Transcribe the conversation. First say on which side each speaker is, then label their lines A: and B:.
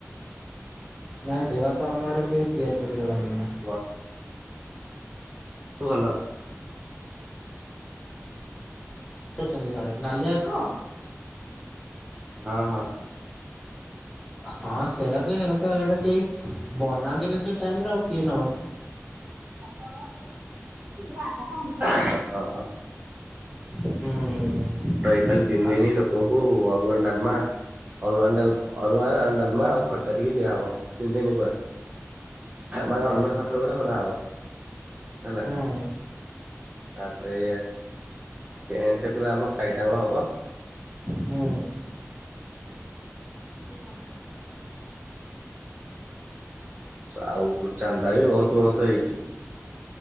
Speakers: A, in the centre; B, on the right.
A: ନାହିଁ ସେଇଟା ତ ଆମ ଆଡ଼େ କେହି ତିଆରି କରି ଜାଣନ୍ତି ନି।
B: <unintelligible> ଭଲ।
A: ରୁଚନ୍ତି ସିଆଡେ, ନାଲିଆ ତ?
B: ହଁ ହଁ।
A: ହଁ ସେଇରା ଯେ ସେରା ତ ଇଆଡ଼େ କେହି ବନାନ୍ତି ନି ସେ ଟାଇମରେ ଆଉ କିଏ ନବ?
B: <inaudible>
A: ହୁଁ।
B: ତ ପାଳି ତିନି
A: ଆସ
B: ଦିନି ଲୋକଙ୍କୁ ଅରୁଆ ଡାଲମା ଅରୁଆ ଅ ଡା ଅରୁଆ ଡାଲମା ଆଉ ଖଟା ଟିକେ ଦିଆହବ ତିନି ଦିନ ପୁରା।
A: ଆଚ୍ଛା
B: ମାନେ ଅନ୍ନ ଛତ୍ର ଗୋଟେ ଖୋଲା ହବ ହେଲା।
A: ହୁଁ
B: ତାପରେ ଟେଣ୍ଟ ପୁରା ଆମ ଶାଇ ଟାଙ୍କ ହବ।
A: ହୁଁ।
B: ହ ଆଉ ଚାନ୍ଦା ବି ବହୁତ ବହୁତ ହେଇଚି।